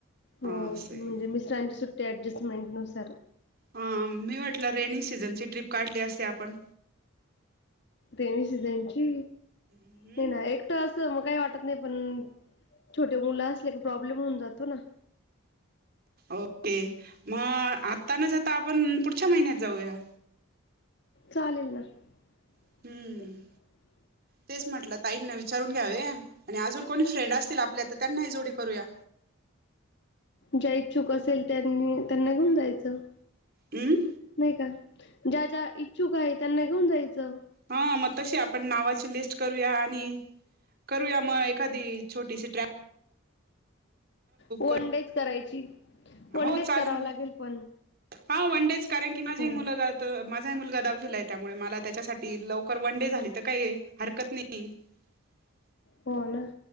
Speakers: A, on the left; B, on the right.
A: हो
B: अस आहे.
A: म्हणजे मिस्टरांची सुट्टी ऍडजस्टमेंट नुसार.
B: अ मी म्हटलं रेनीगं सीझनची ट्रिप काढली असती आपणं.
A: रेनी सीझनची.
B: हम्म
A: नाही ना एक ट असल मग काही वाटत नाही पण, छोटे मुलं असले का प्रॉब्लेम होऊन जातो ना.
B: ओके मग आता न जाता आपण पुढच्या महिन्यात जाऊया.
A: चालेल ना.
B: हम्म
A: <unintelligible>
B: तेच म्हटलं ताईंना विचारून घ्यावे. आणि अजून कोणी फ्रेंड असतील आपल्या तर त्यांनाही जोडी करूया.
A: ज्या इच्छुक असेल त्यांनी त्यांना घेऊन जायचं.
B: अम्.
A: नाही का? ज्या ज्या इच्छुक आहे. त्यांना घेऊन जायचं.
B: हा म तशी आपण नावाची लिस्ट करूया. आणि करूया म एखादी छोटीशी ट्रप.
A: वन
B: करू
A: डेच करायची. वन
B: हो
A: डेच
B: चालेल
A: करावं
B: ना
A: लागेल पण
B: हा वन डेच कारण की माझी
A: हो
B: ही मुलं जाता त माझाही मुलगा दाहवीला आहे, त्यामुळे मला त्यांच्यासाठी लवकर वन डे झाली तर काही हरकत नाही. <inaudible>
A: हो ना.